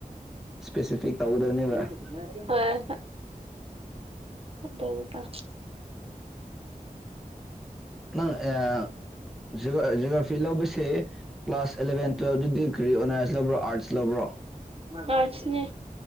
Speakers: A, in the centre; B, on the right.
A: ꯏꯁꯄꯦꯁꯤꯐꯤꯛ ꯇꯧꯒꯗꯕꯅꯦꯕ
B: ꯍꯣꯏ ꯍꯣꯏ <unintelligible>
A: ꯅꯪ ꯑꯦ ꯖꯤꯕ ꯑ ꯖꯤꯑꯣꯒ꯭ꯔꯥꯐꯤ ꯂꯧꯕꯁꯦ ꯀ꯭ꯂꯥꯁ ꯑꯦꯂꯚꯦꯟ ꯇꯨꯋꯦꯜꯕꯇꯗꯤ ꯀ꯭ꯔꯤ ꯑꯣꯅꯔꯁ ꯂꯧꯕ꯭ꯔꯣ ꯑꯥꯔꯠꯁ ꯂꯧꯕ꯭ꯔꯣ
B: ꯑꯥꯔꯁꯅꯦ